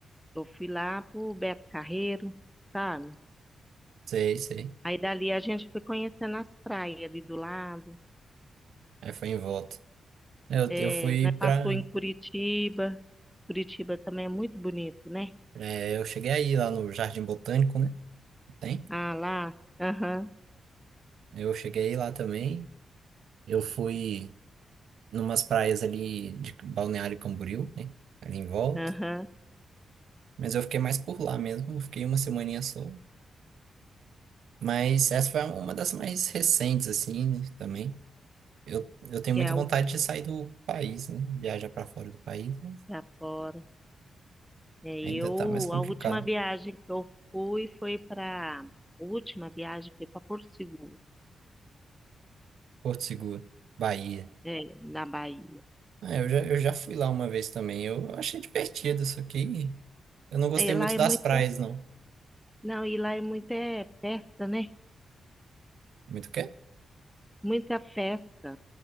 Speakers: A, in the centre; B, on the right (about 80°).
A: eu fui lá pro Beto Carreiro, sabe?
B: Sei, sei.
A: Aí dali a gente foi conhecendo as praias ali do lado.
B: Aí foi em volta. Eu,
A: É,
B: eu fui
A: né, Passou
B: pra.
A: em Curitiba. Curitiba também é muito bonito, né?
B: é, eu cheguei aí lá no Jardim Botânico, né? que Tem.
A: Ah, lá, aham,
B: Eu cheguei lá também. Eu fui numas praias ali de Balneário Camboriú, né? Ali em volta.
A: aham,
B: Mas eu fiquei mais por lá mesmo. Eu fiquei uma semaninha só. Mas essa foi uma das mais recentes, assim, também. Eu, eu tenho
A: que
B: muita
A: é,
B: vontade
A: o-
B: de sair do país, né? Viajar pra fora do país, mas
A: que é fora. É, eu,
B: ainda tá mais complicado.
A: a última viagem que eu fui foi para, a última viagem foi para Porto Seguro,
B: Porto Seguro, Bahia.
A: é, na Bahia.
B: Ah, eu já, eu já fui lá uma vez também. Eu achei divertido, só que eu não gostei
A: É, lá
B: muito
A: é
B: das
A: muito
B: praias, não.
A: Não, e lá é muita é, festa, né?
B: Muito o quê?
A: Muita festa.